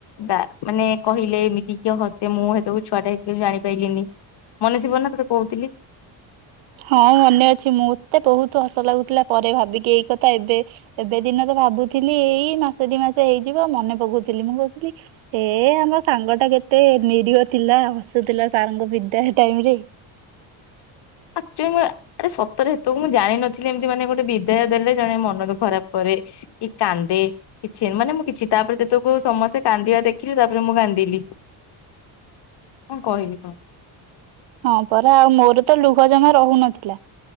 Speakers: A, on the left (about 55°); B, on the right (about 75°).
A: ଗା ମାନେ କହିଲେ ଏମିତି କିଏ ହସେ ମୁଁ ହେତକୁ ଛୁଆଟେ ହେଇଥିଲି ଜାଣିପାଇଲିିନି ମନେଥିବ ନା ତତେ କହୁଥିଲି।
B: ହଁ ମନେ ଅଛି ମୋତେ ବହୁତ ହସ ଲାଗୁଥିଲା ପରେ ଭାବିକି ଏଇ କଥା ଏବେ ଏବେ ଦିନ ତ ଭାବୁଥିଲି ଏଇ ମାସେ ଦି ମାସେ ହେଇଯିବ ମନେ ପକଉଥିଲି ମୁଁ କହୁଥିଲି ଏ ଆମ ସାଙ୍ଗ ଟା କେତେ ନିରୀହ ଥିଲା ହସୁଥିଲା ସାରଙ୍କ ବିଦାୟ ଟାଇମରେ।
A: ଆକଚୁଲ୍ଲୀ ମୁଁ ଆରେ ସତରେ ହେତକୁ ମୁଁ ଜାଣିନଥିଲି ଏମିତି ମାନେ ଗୋଟେ ବିଦାୟ ଦେଲେ ଜଣେ ମନକୁ ଖରାପ କରେ କି କାନ୍ଦେ କିଛି ମାନେ ମୁଁ କିଛି ତାପରେ ଯେତକୁ ସମସ୍ତେ କାନ୍ଦିବା ଦେଖିଲି ତାପରେ ମୁଁ କାନ୍ଦିଲି କଣ କହିବି କହ।
B: ହଁ ପରା ଆଉ ମୋର ତ ଲୁହ ଜମା ରହୁନଥିଲା